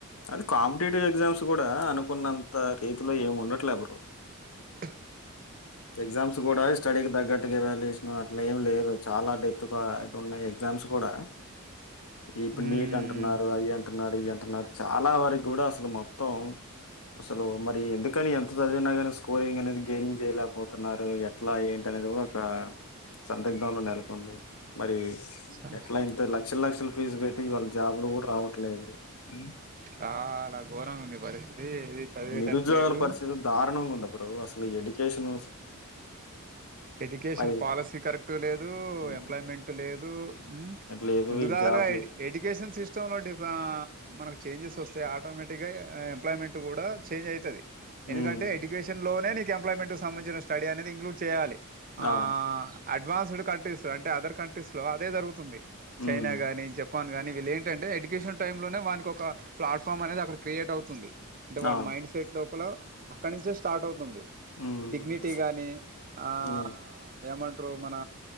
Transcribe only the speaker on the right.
అ
ఉమ్
చా-
చాలా ఘోరంగా ఉంది పరిస్థితి ఏది చదివేటట్లేదు
ఎడ్యుకేషన్
పాలసీ కరెక్ట్ లేదు,
ఎంప్లాయ్మెంట్ లేదు. మ్
ముందుకాదల్గా
ఇది ఎడ్యుకేషన్ సిస్టంలో డిఫ మనకు చేంజెస్ వస్తాయి ఆటోమేటిక్గా ఎంప్లాయ్మెంట్ కూడా చేంజ్ అయితది.
ఎందుకంటే ఎడ్యుకేషన్ లోనే నీక్ ఎంప్యమెంట్స్ సంచ స్టడ అనేది ఇంలూడ్ చేయాలి ఆ
అడ్వాన్స్డ్ కంట్రీస్ అంటే అదర్ కంట్రీస్లో అదే జరుగుతుంది
చైనా గాని జపాన్ కాగానీ వీళ్ళ ఏంటంటే ఎడ్యుకేషన్ టై లోనే వానికికి ఒక పలాఫామ్ అనేది అక్కడ క్రియేట్ అవుతుంది అంటే వాళ
మైండ్ సెట్ లోపల అక్కడ నుంచే స్టార్ట్ అవుతుంది
డిగ్నిటీ గాని ఆ
ఏమంటారు మన